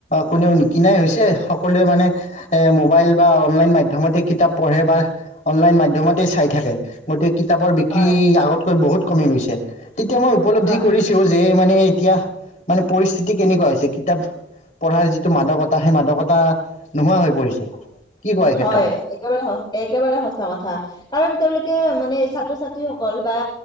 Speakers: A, on the left; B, on the left.
A: কোনেও নিকিনাই হৈছে, সকলোৱে মানে এ মোবাইল বা অনলাইন মাধ্যমতে কিতাপ পঢ়ে বা অনলাইন মাধ্যমতেই চাই থাকে। গতিকে, কিতাপৰ বিক্ৰী
B: হয়
A: আগতকৈ বহুত কমি গৈছে, তেতিয়া মই উপলব্ধিৰ
B: হয়
A: কৰিছো যে মানে এতিয়া মানে পৰিস্থিতি কেনেকুৱা হৈছে, কিতাপ পঢ়াৰ টো মাদকতা সেই মাদকতা নোহোৱা হৈ পৰিছে। কি কোৱা এই
B: হয়,
A: ক্ষেত্ৰত?
B: একেবাৰে একেবাৰে সঁচা কথা। কাৰণ তেওঁলোকে মানে ছাত্ৰ ছাত্ৰীসকল বা